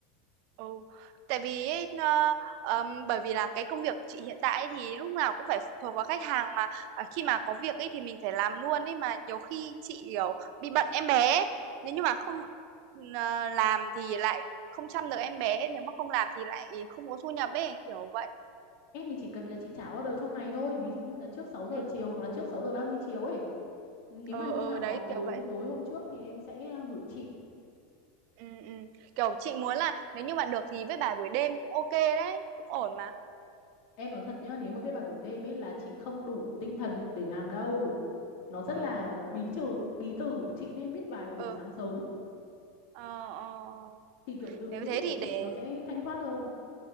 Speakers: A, on the right (about 60°); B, on the left (about 60°).
A: ừ tại vì ấy, nó- ờm, bởi vì là cái công việc của chị hiện tại ấy thì lúc nào cũng phải phụ thuộc vào khách hàng mà à, khi mà có việc ấy thì mình phải làm luôn ấy mà nhiều khi chị kiểu bị bận em bé ấy. nếu như mà không ờ, làm thì lại không chăm được em bé nếu mà không làm thì lại không có thu nhập ấy kiểu vậy
B: Em thì chỉ cần là chị trả order trong ngày thôi, ví dụ như là trước sáu giờ
A: ừ
B: chiều hoặc là trước 6 giờ 30 chiều ấy. Nếu
A: ừ,
B: mà hôm
A: ừ
B: nào
A: đấy
B: có tối
A: kiểu vậy
B: từ tối hôm trước thì em sẽ à, gửi chị.
A: ừ, ừ. kiểu chị muốn là nếu như bạn được thì với bài buổi đêm cũng ok đấy cũng ổn mà
B: Em nói thật nhá, nếu mà viết bài buổi đêm ấy là chị không đủ tinh thần để làm đâu. Nó rất
A: ừ
B: là bí trừ, bí từ, chị nên viết bài vào buổi
A: ừ
B: sáng sớm
A: ờ ờ
B: thì kiểu từ
A: Nếu
B: ngữ
A: thế thì
B: của chị
A: để
B: nó sẽ thanh thoát hơn.